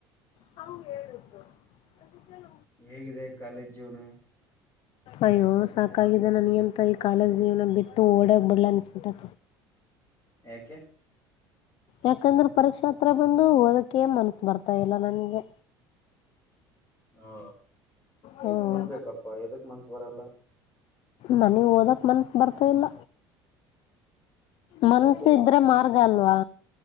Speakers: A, on the left; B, on the left.
A: ಹ ಹೇಳುದ್ನು ಅದ ಕೆಲ
B: ಹೇಗಿದೆ ಕಾಲೇಜು ಜೀವನ
A: ಅಯ್ಯೋ ಸಾಕಾಗಿದೆ ನನ್ ಏಂತ ಕಾಲೇಜ್ ಜೀವನ ಬಿಟ್ಟು ಓಡೋಗ್ ಬಿಡಲ ಅನಿಸ್ಬಿಟ್ಟೈ.
B: ಯಾಕೆ
A: ಯಾಕಂದ್ರೆ ಪರೀಕ್ಷಾ ಹತ್ರಾ ಬಂದು ಓದಕ್ಕೆ ಮನಸ್ಸು ಬರ್ತಾ ಇಲ್ಲ ನನಗೆ.
B: ಹಾ
A: ಹ್ಮ್
B: ಓದ್ಬೇಕಪ್ಪಾ ಎದಕ್ ಮನಸ್ಸು ಬರಲ್ಲ
A: ನನಿಗ್ ಓದಕ್ ಮನಸ್ಸು ಬರ್ತಾ ಇಲ್ಲ ಮನಸ್ಸು
B: ಯಾಕೆ
A: ಇದ್ರೆ ಮಾರ್ಗ ಅಲ್ವಾ